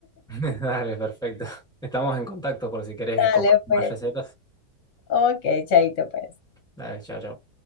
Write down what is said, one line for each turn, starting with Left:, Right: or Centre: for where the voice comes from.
Centre: <laughs> Dale, perfecto. Estamos en contacto por si querés
Left: Dale,
Centre: compartir
Left: pues.
Centre: más recetas.
Left: Ok, chaito, pues.
Centre: Dale, chao, chao.